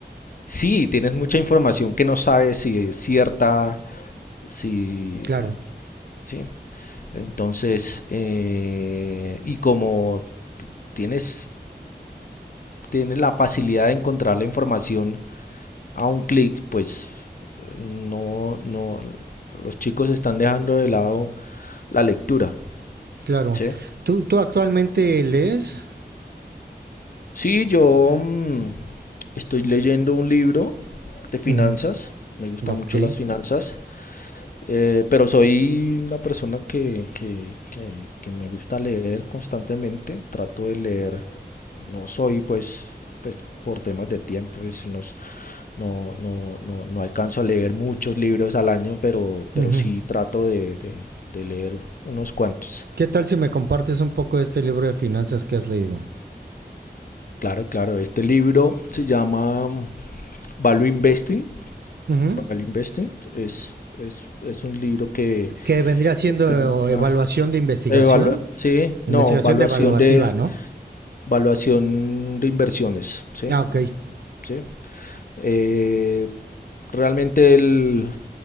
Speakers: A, on the left; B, on the right.
A: Sí, tienes mucha información que no sabes si es cierta, si...
B: Claro,
A: Sí. Entonces, eh, y como tienes, tienes la facilidad de encontrar la información a un clic, pues no, no, los chicos están dejando de lado la lectura,
B: claro.
A: ¿sí?
B: ¿Tú, tú actualmente lees?
A: Sí, yo mmm, estoy leyendo un libro de finanzas,
B: Ujú,
A: me gustan
B: Ok.
A: mucho las finanzas, Eh, pero soy una persona que, que, que, que me gusta leer constantemente, trato de leer, no soy pues, pues por temas de tiempo, pues, unos- no, no, no, no alcanzo a leer muchos libros al año, pero, pero
B: ujú.
A: sí trato de, de- de leer unos cuantos.
B: ¿Qué tal si me compartes un poco de este libro de finanzas que has leído?
A: Claro, claro, este libro se llama mm, Value Investing.
B: Ujú,
A: Value Investing es, es, es un libro que
B: Que vendría siendo
A: te muestra...
B: evaluación de investigación.
A: evalua- sí,
B: Investigación
A: no, evaluación
B: de evaluativa,
A: de,
B: ¿no?
A: Valuación de inversiones, ¿sí?
B: Ah, ok.
A: ¿Sí? Eh, realmente el,